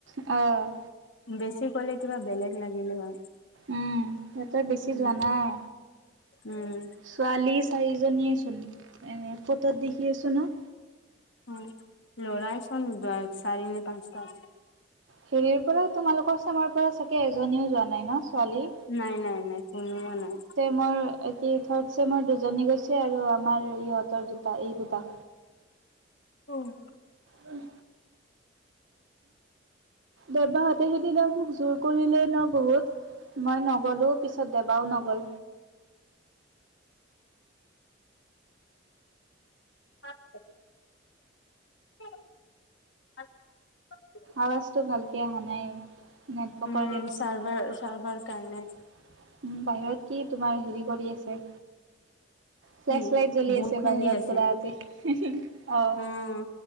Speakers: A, on the right; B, on the left.
A: অ
B: বেছি ক'লে কিবা বেলেগ লাগিলে হয়।
A: উম সিহঁতৰ বেছি
B: উম,
A: যোৱা নাই।
B: উম।
A: ছোৱালী চাৰিজনীয়েচোন, এ ফটোত দেখি আছো ন।
B: অ লৰাাইছোন ন চাৰি নে পাঁচটা।
A: হেৰিৰ পৰা তোমালোকৰ চামৰ পৰা চাগে এজনীও যোৱা নাই ন ছোৱালী?
B: নাই, নাই, নাই কোনো নাই।
A: মোৰ এটি থাৰ্ড চেমৰ দুজনী গৈছে আৰু আমাৰ ইহঁতৰ দুটা, এই দুটা।
B: উম।
A: উম। দেবাহঁতে সেইদিনা মোক জোৰ কৰিলে ন বহুত। মই নগ'লো, পিছত দেবাও নগ'ল।
B: আ <unintelligible> <unintelligible>
A: আৱাজটো ভালকে অহা নাই নেটৱৰ্কৰ
B: উম
A: কাৰনে
B: চাৰ্ভাৰ
A: ছাগে
B: চাৰ্ভাৰ কাৰণে
A: উম, বাহিৰত কি তোমাৰ হেৰি কৰি আছে। ফ্লেছ
B: কি
A: লাইট জ্বলি
B: বৰষুণ
A: আছে বাহিৰত
B: দি আছে
A: খোলাকে অ,
B: উম